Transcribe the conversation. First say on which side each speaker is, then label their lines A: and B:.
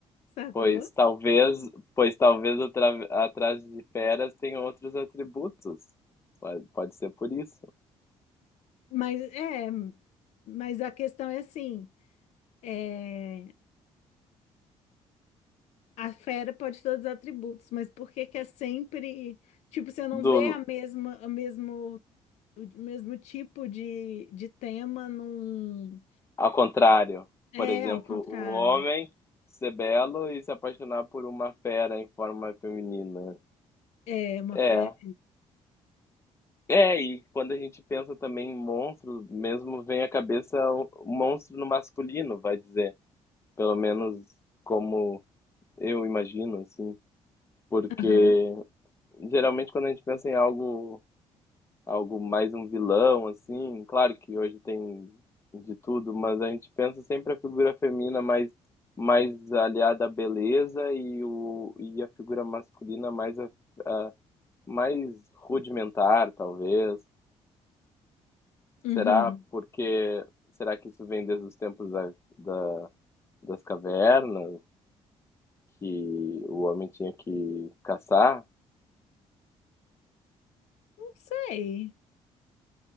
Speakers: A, on the left (about 80°); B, on the left (about 25°).
A: sacou?
B: Pois talvez, pois talvez atra- atrás de feras tenha outros atributos, pode, pode ser por isso.
A: Mas é, mas a questão é assim, é, a fera pode ter todos os atributos, mas por que que é sempre, tipo, você não
B: Do,
A: vê a mesma, a mesmo, o mesmo tipo de, de tema num,
B: ao contrário,
A: é,
B: por exemplo,
A: ao contrário.
B: o homem ser belo e se apaixonar por uma fera em forma feminina.
A: É uma
B: É.
A: fera.
B: É, e quando a gente pensa também em monstro, mesmo vem à cabeça o o monstro no masculino, vai dizer. Pelo menos como eu imagino, assim. Porque
A: Aham.
B: geralmente quando a gente pensa em algo algo mais um vilão, assim. Claro que hoje tem de tudo, mas a gente pensa sempre a figura feminina mais, mais aliada à beleza e, o, e a figura masculina mais, a- a- mais rudimentar, talvez.
A: Uhum.
B: Será porque será que isso vem desde os tempos da, da- das cavernas, que o homem tinha que caçar?
A: Não sei.